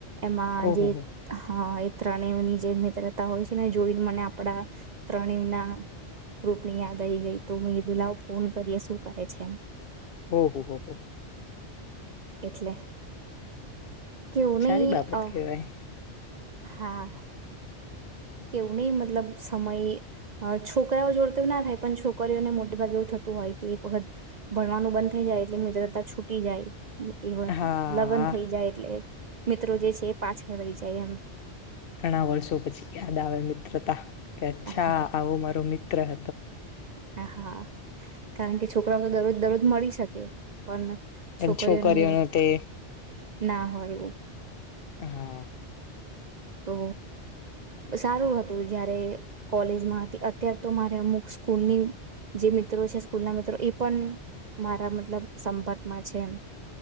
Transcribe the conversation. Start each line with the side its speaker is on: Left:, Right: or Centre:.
Right: એમાં
Left: ઓહો
Right: જે
Left: હો
Right: હ ત્રણેવની જે મિત્રતા હોય છે ને જોઈને મને આપડા ત્રણેવ ના ગ્રુપ ની યાદ આવીઈ ગઈ તો દુલાઓ ફોન કરીએ શું કરે છે એમ
Left: ઓહ હો હો
Right: એટલે કેવું નહી
Left: સારી બાબત
Right: અ
Left: કેહેવાય
Right: હા કેવું નહી મતલબ સમય છોકરાઓ જોડતો ના થાય પણ છોકરીઓને મોટે ભાગે એવું થતું હોય કે એક વખત ભણવાનું બંધ થઈ જાય એટલે મિત્રતા છૂટી જાય એ વાત
Left: હા
Right: લગ્ન
Left: હા
Right: થઈ જાય એટલે મિત્રો જે છે એ પાછળ રહી જાય એમ
Left: ઘણા વર્ષો પછી યાદ આવે મિત્રતા કે અચ્છા
Right: હા
Left: આવું મારોું મિત્ર <inaudible>
Right: હ હા કારણ કે છોકરાઓ તો દરરોજ દરરોજ મળી શકે પણ
Left: પણ
Right: છોકરીઓને
Left: છોકરીઓનો તે
Right: ના હોય એવું
Left: હા
Right: તો સારું હતું જયારે કોલેજમાં હતી અત્યારે તો મારે અમુક સ્કૂલની જે મિત્રો છે સ્કૂલ ના મિત્રો એ પણ મારા મતલબ સંપર્કમાં છે એ